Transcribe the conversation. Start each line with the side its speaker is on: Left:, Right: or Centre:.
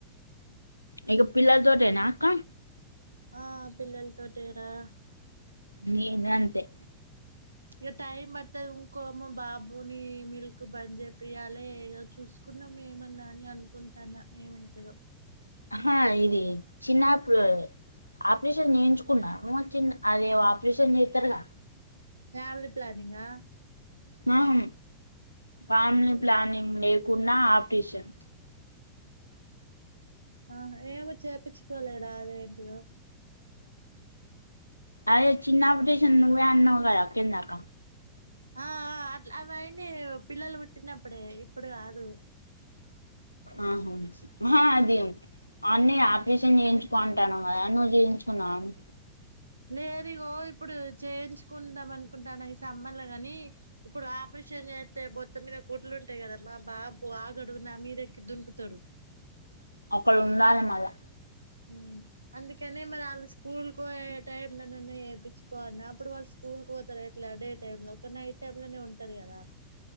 Left: ఇక పిల్లల్ తోటేనా క్క.
Right: ఆ పిల్లల్తోటెరా.
Left: నేనన్. తే.
Right: ఇగ టైమ్ పడుతది ఇంకో మా బాబుని మిల్క్ బంజె. పియాలే ఇగ చూసుకున్నాం ఏమన్నా అని అనుకుం.. తన్న ఏమైతదో.
Left: ఆహా ఇది చిన్నపు ఆపరేషన్ జేయించుకున్నా ఊ చిన్న అదే ఓ ఆపరేషన్ జెత్తరుగా.
Right: ఫ్యామిలీ ప్లానింగా. !
Left: ఆహ్మ్. పామ్ని
Right: మరి
Left: ప్లానింగ్ లేవ్. కున్నా ఆప్టిషన్.
Right: ఆహా ఏమో చేపిచ్చుకోలేదా అదేంటిదో.
Left: అయ్ చిన్నప్పుటీషన్ నువ్వే అన్నవ్ గదా కిందాక.
Right: ఆ ఆ అట్లా అవైన్ని పిల్లలు పుట్టినప్పుడే ఇప్పుడు గాదు.
Left: ఆహా. ఆహా అది అన్ని అప్. విసన్ జేయించుకో అంటాన్నవ్ గదా నువ్వు జేయించుకున్నావా. !
Right: లేదు ఈగో ఇప్పుడు చేయించుకుందాం అనుకుంటాన్న ఈ సమ్మల గాని, ఇప్పుడు ఆపరేషన్ జేత్తే బొత్త మీద కుట్లు ఉంటాయి కదామ్మ మా బాబు ఆగడు నా మీదెక్కి దున్కుతడు.
Left: ఒకలుండాలె మళ్ళా.
Right: ఊ అందుకెనె మరి అళ్ళు స్కూల్కోయె టైమ్ లోనన్న జెపించుకోన్నా అప్పుడు వాళ్ళు. స్కూల్కొతారు ఎట్లా డే టైంలో ఒక నైట్. టేబ్ లోనే ఉంటాది గదా. !